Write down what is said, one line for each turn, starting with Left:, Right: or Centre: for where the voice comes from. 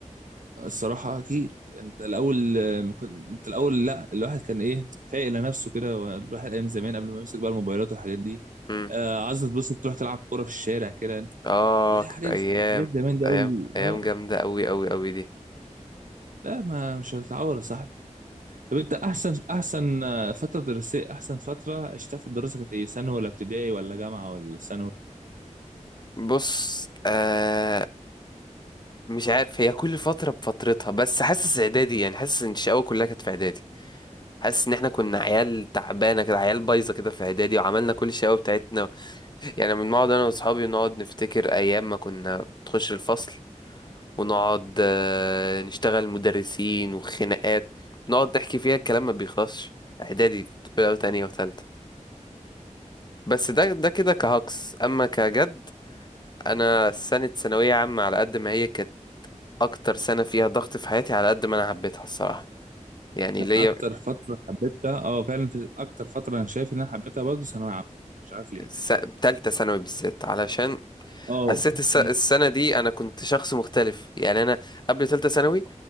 Right: الصراحة أكيد أنت الأول آه، ما كنت- أنت الأول لأ الواحد كان إيه فايق لنفسه كده والواحد أيام زمان قبل ما يمسك بقى الموبايلات والحاجات دي
Left: مم.
Right: آه عايز تبص تروح تلعب كورة في الشارع كده
Left: اه
Right: لا
Left: كانت
Right: حاجات
Left: ايام
Right: حاجات زمان
Left: كانت
Right: دي أوي
Left: ايام ايام
Right: أه
Left: جامده قوي قوي قوي دي
Right: لا ما مش هتتعود يا صاحبي طب أنت أحسن أحسن آه، فترة دراسية أحسن فترة عشتها في الدراسة كانت إيه ثانوي ولا ابتدائي ولا جامعة ولا ثانوي
Left: بص آه مش عارف هي كل فتره بفترتها بس حاسس اعدادي يعني حاسس ان الشقاوه كلها كانت في اعدادي حاسس ان احنا كنا عيال تعبانه كده عيال بايظه كده في اعدادي وعملنا كل الشقاوه بتاعتنا يعني بنقعد انا واصحابي نقعد نفتكر ايام ما كنا بتخش الفصل ونقعد آه، نشتغل مدرسين وخناقات نقعد نحكي فيها الكلام ما بيخلصش اعدادي بقى تانية وتالتة بس ده ده كده كهكس اما كجد انا سنة ثانوية عامة على قد ما هي كانت اكتر سنة فيها ضغط في حياتي على قد ما انا حبيتها الصراحة يعني ليا
Right: أكتر فترة حبيتها أه فعلا في أكتر فترة أنا شايف إن أنا حبيتها برضه ثانوية عامة مش عارف ليه
Left: س- تالتة ثانوي بالذات علشان
Right: أه
Left: حسيت الس- السنة
Right: أمم،
Left: دي انا كنت شخص مختلف يعني انا قبل تالتة ثانوي